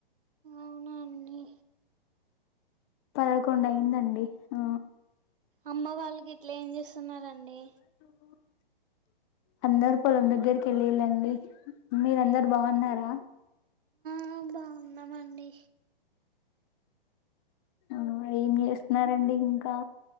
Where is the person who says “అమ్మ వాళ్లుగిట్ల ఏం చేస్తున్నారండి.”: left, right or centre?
Right